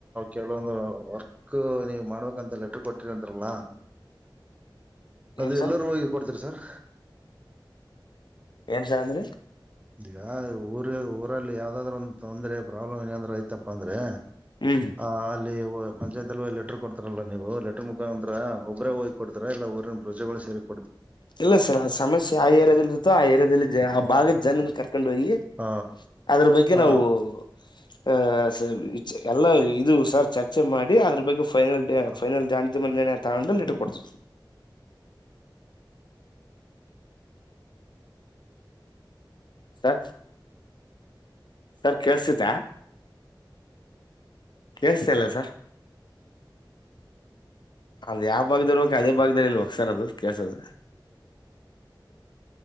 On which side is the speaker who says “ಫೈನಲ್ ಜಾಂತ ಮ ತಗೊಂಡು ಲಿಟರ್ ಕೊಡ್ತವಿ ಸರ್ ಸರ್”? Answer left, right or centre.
Left